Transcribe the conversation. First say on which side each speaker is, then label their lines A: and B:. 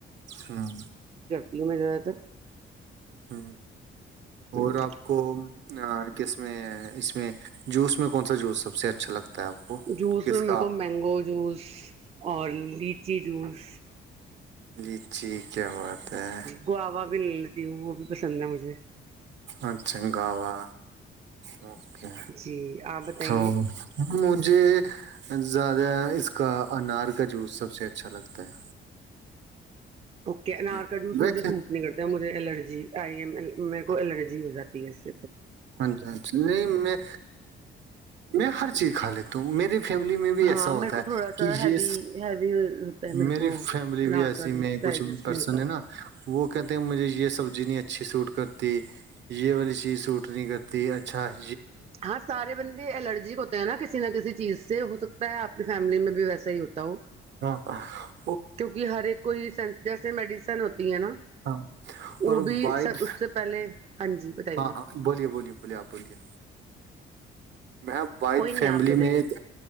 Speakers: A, on the right; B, on the right.
A: ہ
B: ج میں ج رہا تھ
A: ہ اور
B: ہوں
A: آپ کو کس میں اس میں جوس میں کون سا جوس سب اچھا لگتا ہے آپ کو
B: جوس
A: کس
B: میں
A: کا
B: میرے
A: آپ
B: کو مینگو جوس اور لیچی جوس
A: جی ٹھیک کیا ہے بات ہے
B: گوا بھی لے لیتی ہوں وہ بھی پسند ہے مجھے
A: ا چ گوا اوکے
B: جی آپ بتائیے
A: تو مجھے زیادہ اس کا انار کا جوس سب سے اچھا لگتا ہے
B: اوکے انار
A: ہ
B: کا جوس مجھے
A: دیکھ
B: سوٹ نہیں کرتا مجھے الرجی ایم ای کو الرجی ہو جاتی ہے اسس
A: ہاں جی ہاں جی نہیں میں میں ہر چیز کھا لیتا ہوں میرے فیملی میں بھی
B: ہاں
A: ایسا
B: میرے
A: ہوتا
B: کو
A: ہے
B: تھوڑا سا
A: کہ
B: ہیوی
A: یہ
B: ہیوی ہوتا ہے میرے
A: میری
B: کو
A: فیملی
B: انار
A: بھی ایسی
B: کا جوس
A: میں
B: ڈائجسٹ
A: کچھ پرسن
B: نہیں ہوتا
A: نا وہ کہتے ہیں مجھے یہ سب جنی اچھی سوٹ کرتی یہ والی چیز سوٹ کٹنی گدی اچھا ہے
B: ہاں سارے بندے الرجک ہوتے ہیں نا کسی نہ کسی چیز سے ہو سکتا ہے اپنی فیملی میں بھی ویسا ہی ہوتا ہو
A: ا
B: کیونکہ ہر ایک کوئی جیسے میڈیسن ہوتی ہے نا
A: ہاں
B: وہ
A: اور
B: بھی
A: وائد
B: س اس سے پہلے ہاں جی بتائیے
A: ہاں ہاں بولیے بولیے بولیے آپ بولیے میں بائد
B: کوئی نہیں
A: فیملی
B: آپ بتائیے
A: میں ایک